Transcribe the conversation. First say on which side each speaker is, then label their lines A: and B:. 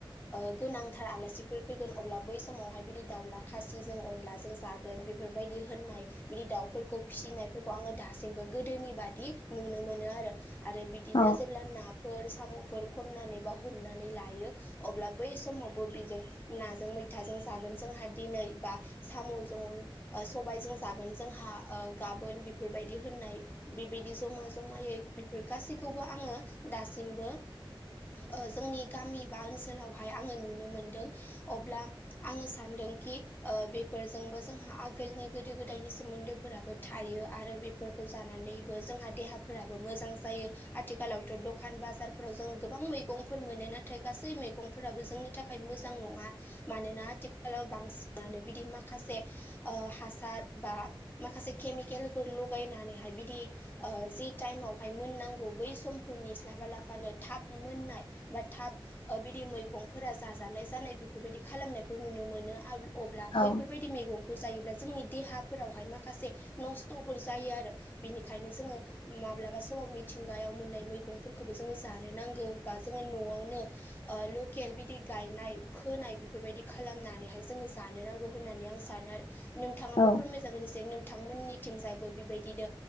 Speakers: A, on the left; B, on the left.
A: ओ गोनांथार आलासिफोर फैगोन अब्ला बै समावहाय बिदि दाउला खासि जों अनला जों जागोन बे फोरबायदि होननाय बिदि दाउफोरखौ फिसिनायफोरखौ आङो दासिमबो गोदोनि बादि नुनो मोनो आ आरो आरो बिदिनो
B: औ
A: जेब्ला ना फोर साम'फोर खननानै बा हमनानै लायो अब्ला बै समावबो बिजों नाजों मैथाजों जागोन जोंहा दिनै बा साम'जों ओ सबायजों जागोन जोंहा ओ गाबोन बेफोरबायदि होननाय बेबायदि जमा जमायै बेफोर गासैखौबो आङो दासिमबो ओ जोंनि गामि बा ओनसोलावहाय आङो नुनो मोनदों अब्ला आङो सान्दों मोनखि ओ बेफोरजोंबो जोंहा आगोलनि गोदो गोदायनि सोमोन्दो फोराबो थायो आरो बेफोरखौ जानानैबो जोंहा देहाफोराबो मोजां जां जायो आथिखालावथ' दखान बाजारफोराव जों गोबां मैगंफोर मोनो नाथाय गासै मैगंफोराबो जोंनि थाखाय मोजां नङा मानोना आथिखालाव बांसिनानो बिदि माखासे ओ हासार बा माखासे केमिकेलफोर लगायनानैहाय बिदिओ जि टाइमाव हाय मोननांगौ बै समखौ नेस्लाबालाफानो थाब मोननाय बा थाब ओ बिदि मैगं गंफोरा जाजानाय जानाय बेफोरबायदि खालामनायखौ नुनो मोनो आ अब्ला
B: औ
A: बैफोरबायदि मैगंखौ जायोब्ला जोंनि देहाफोरावहाय माखासे नस्थ'फोर जायो आरो बिनिखायनो जोङो माब्लाबा समाव मिथिंगायाव मोननाय मैगंफोरखौबो जोङो जानो नांगौ बा जोङो न'आवनो ओ लकेल बे बिदि गायनाय फोनाय बेफोरबायदि खालामनानैहाय जोङो जानो नांगौ होननानै आं सानो आरो। नोंथाङाबो
B: औ
A: फोरमाय जागोन एसे नोंथांमोननिथिंजायबो बेबायदिनो